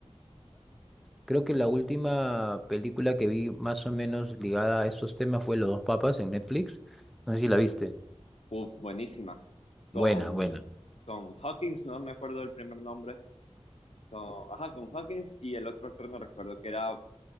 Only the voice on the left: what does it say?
Uf, buenísima. Con,
con Hawkins, no No me acuerdo del primer nombre Con, ajá, con Hawkins y el otro actor no recuerdo, que era,